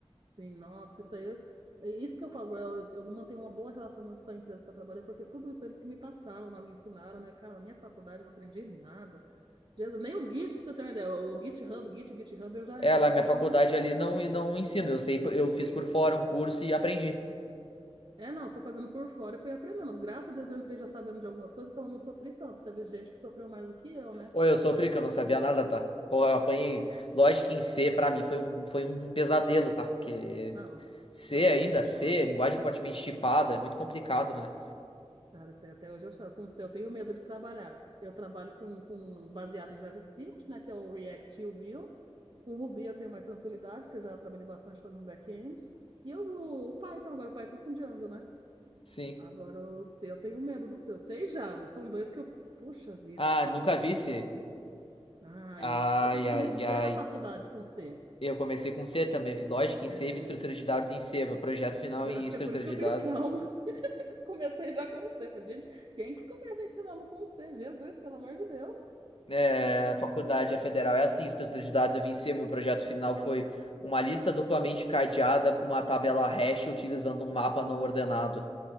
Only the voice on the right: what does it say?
sim, nossa, isso aí, eu- é isso que eu falo, eu, eu mantenho uma boa relação muito com a empresa que eu trabalhei, porque tudo isso eles que me passaram, lá, me ensinaram, né? Cara, na minha faculdade eu não aprendi nada Jesus, nem o Git, pra você ter uma ideia. O GitHub, Git, GitHub, eu já
entrei
sabendo,
mas.
Puxa
vida.
É, não, fui fazendo por fora e fui aprendendo. Graças a Deus eu entrei já sabendo de algumas coisas, então eu não sofri tanto. Teve gente que sofreu mais do que eu, né?
Não,
isso até
hoje eu
choro.
Cara, isso aí até hoje eu choro. Com o seu, eu tenho medo de trabalhar. Eu trabalho com, com baseado em JavaScript, né? Que é o React e o Vue. Com o Ruby eu tenho mais tranquilidade, porque eu já trabalhei bastante fazendo back-end. E eu, o Python agora, o Python com Django, né?
Agora, o seu, eu tenho medo do seu. C e Java, são dois que eu. Puxa vida.
Ai,
eu comecei
na faculdade com C.
É,
eu
acho
que é por isso que
eu tenho
trauma. <laughs> Comecei já com C. Falei, gente, quem que começa ensinando com C? Jesus, pelo amor de Deus.